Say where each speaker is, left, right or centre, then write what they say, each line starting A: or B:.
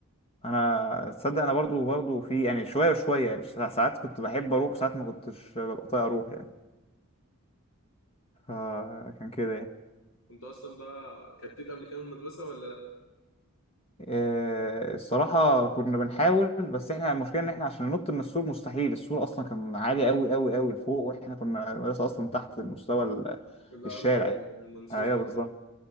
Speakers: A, on the left; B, on the left.
A: انا تصدق انا برضو برضو في يعني شويه وشويه يعني سا- ساعات كنت بحب اروح ساعات ما كنتش ببقى طايق اروح يعني فكان كده يعني
B: كنت اصلا بقى كتيت قبل كده من المدرسه ولا
A: إيه، الصراحه كنا بنحاول بس احنا المشكله ان احنا عشان ننط من السور مستحيل السور اصلا كان عالي قوي قوي قوي لفوق واحنا كنا المدرسه اصلا تحت مستوى ال-
B: لا الارض
A: الشارع يعني
B: أيوة، المنصوبه
A: ايوه بالظبط